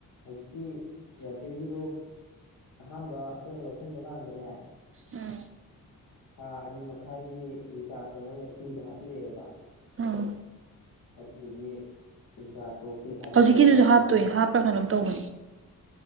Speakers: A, on the left; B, on the right.
A: ꯍꯧꯖꯤꯛꯀꯤ ꯏꯌꯥꯔꯇꯦꯜꯒꯤꯗꯣ ꯑꯍꯥꯟꯕ ꯑꯩꯈꯣꯏꯅ ꯂꯧꯁꯤꯟꯕ ꯀꯥꯟꯗꯅꯦ
B: ꯎꯝ
A: ꯊꯥ ꯑꯅꯤ ꯃꯈꯥꯏꯒꯤ ꯔꯤꯆꯥꯔꯖꯇꯣ ꯃꯣꯏꯅ ꯐ꯭ꯔꯤꯗ ꯍꯥꯞꯄꯤꯔꯛꯑꯦꯕ
B: ꯑꯥ
A: ꯑꯗꯨꯗꯨꯒꯤ ꯔꯤꯆꯥꯔꯖꯇꯣ ꯐ꯭ꯔꯤꯗ ꯍꯥꯞꯄꯛꯄꯅꯤꯅ
B: ꯍꯧꯖꯤꯛꯀꯤꯗꯨꯁꯨ
A: ꯑꯗꯨꯃꯥꯏꯅ
B: ꯍꯥꯞꯇꯣꯏ ꯍꯥꯞꯄꯔ ꯀꯩꯅꯣꯝ ꯇꯧꯕꯅꯦ